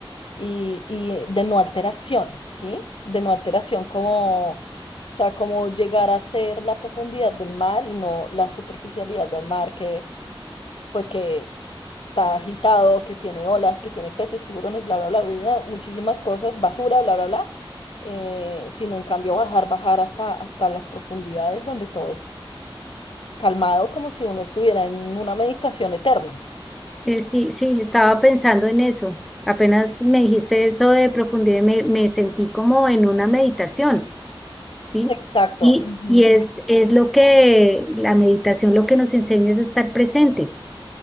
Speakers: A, on the left (about 70°); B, in the centre.
A: y, y de no alteración, ¿sí? De no alteración, como, o sea, como llegar a ser la profundidad del mar y no la superficialidad del mar que, pues, que está agitado, que tiene olas, que tiene peces, tiburones, bla, bla, bla, bla, bla, muchísimas cosas, basura, bla, bla, bla, eh, sino en cambio bajar, bajar hasta, hasta las profundidades donde todo es calmado, como si uno estuviera en una meditación eterna.
B: Eh, sí, sí, estaba pensando en eso. Apenas me dijiste eso de profundidad, me, me sentí como en una meditación. ¿sí?
A: Exacto.
B: Y,
A: ujú,
B: y es, es lo que la meditación lo que nos enseña es a estar presentes.